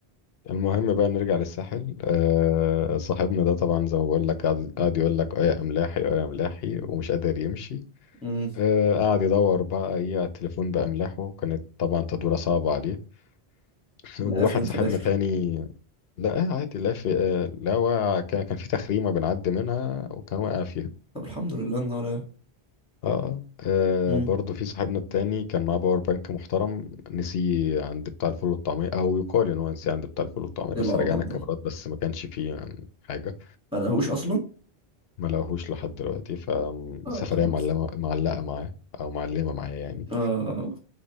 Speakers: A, on the left (about 70°); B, in the centre.
A: المهم بقى نرجع للساحل آه صاحبنا ده طبعا زي ما بقول لك قاعد قاعد يقول لك اه يا املاحي اه يا املاحي ومش قادر يمشي
B: امم
A: آه قاعد يدور بقى ايه على التليفون باملاحه كانت طبعا تدوره صعبه عليه <laughs>
B: لقاه
A: وواحد
B: فين في
A: صاحبنا
B: الاخر
A: تاني لا آه عادي لا في آه لا واقع كان كان في تخريمه بنعدي منها وكان واقع فيها
B: طب الحمد لله النهار
A: اه اه
B: امم
A: آه، برضه في صاحبنا التاني كان معاه باور بانك محترم نسيه عند بتاع الفول والطعميه او يقال ان هو نسيه عند بتاع الفول والطعميه
B: ايه
A: بس
B: العبط
A: رجعنا الكاميرات
B: ده
A: بس ما كانش فيه يعني حاجه
B: ما لقاهوش اصلا
A: ما لقاهوش لحد دلوقتي فالسفرية
B: اه خلاص
A: معلمة معلقة معاه أو معلمة معايا يعني
B: اه